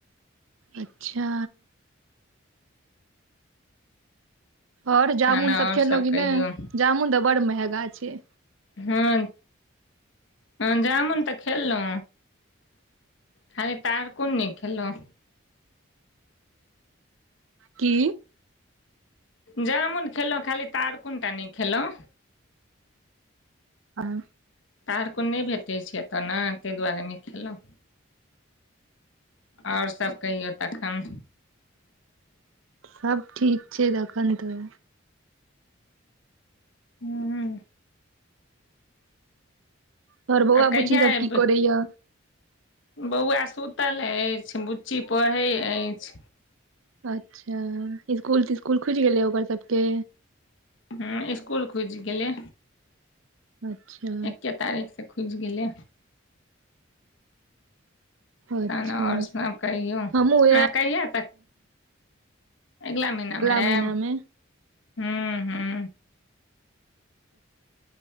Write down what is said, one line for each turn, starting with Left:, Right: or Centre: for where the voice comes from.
Right: अच्छा ओर
Left: तहन
Right: जामुन
Left: आओर
Right: सब खेलो की
Left: कहियौ
Right: नय जामुन तऽ बड़ड महगा छै
Left: हँ हँ जामुन तऽ खेलो खाली तऽ तारकुन नय खेलोउ
Right: की
Left: जामुन खेलहुँ खाली तारकुन टा नय खेलो
Right: आर
Left: तारकुन नय भेटैत छै एतऽ न ताहि दुआरे नय खेलो ओर सब कहियौ तखन
Right: सब ठीक छै देखन तऽ
Left: हूँ
Right: तोहर बौआ
Left: आब कहिया
Right: बुची सब
Left: एबै
Right: की करे या
Left: बौआ सुतल ऐछ बुच्ची पढ़ै ऐछ
Right: अच्छा इसकुल तिस्कुल खुज गेलै ओकर सबके
Left: ह इसकुल खुज गेलई
Right: अच्छा
Left: एके तारीख से खुज गेलई
Right: अच्छा
Left: तन ओर सब कहियौ अहाँ
Right: हमहुँ उएह
Left: कहिया तक अगला महिना में आएब
Right: महिना मे
Left: हूहू